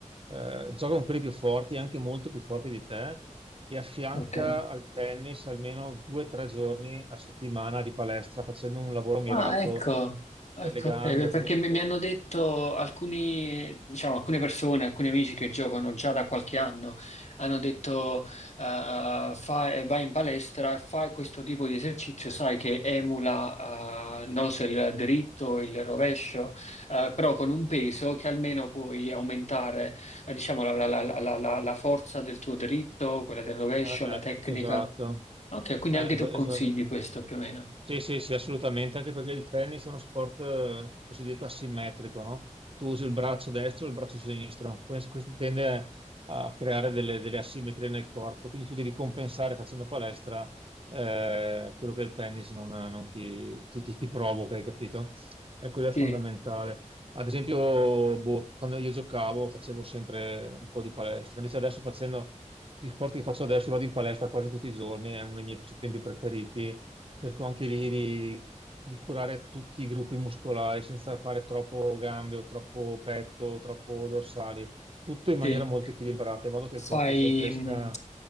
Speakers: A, on the right; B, on the left.
A: eh, gioca con quelli più forti, anche molto più forti di te, e affianca
B: ok.
A: al tennis almeno due o tre giorni a settimana di palestra, facendo un lavoro mirato
B: Ah, ecco, ecco,
A: per le gambe,
B: ok, perché
A: per,
B: mi mi hanno detto alcuni, diciamo, alcune persone, alcuni amici che giocano già da qualche anno, hanno detto, eh, fai- vai in palestra e fai questo tipo di esercizio, sai, che emula, eh, non lo so, il dritto, il rovescio, eh, però con un peso che almeno puoi aumentare, eh, diciamo, la, la- la- la- la- la forza del tuo dritto, quella del rovescio,
A: Eh,
B: la tecnica.
A: eh, esatto.
B: Ok, quindi
A: Eh,
B: anche
A: esa-
B: tu consigli
A: esatto.
B: questo più o meno.
A: Sì, sì, sì, assolutamente, anche perché il tennis è uno sport eh, cosiddetto asimmetrico, no? Tu usi il braccio destro e il braccio sinistro, questo, questo tende a creare delle, delle asimmetrie nel corpo, quindi tu devi compensare facendo palestra eh, quello che il tennis non, non ti, ti- ti- ti provoca, hai capito? E quello è
B: Sì,
A: fondamentale. Ad esempio, boh, quando io giocavo facevo sempre un po' di palestra, invece adesso facendo gli sport che faccio adesso, io vado in palestra quasi tutti i giorni, è uno dei miei passatempi preferiti. Cerco anche lì di, di curare tutti i gruppi muscolari senza fare troppo gambe o troppo petto, o troppo dorsali, tutto in
B: sì.
A: maniera molto equilibrata, in modo che
B: Fai,
A: il corpo se cresca
B: mh,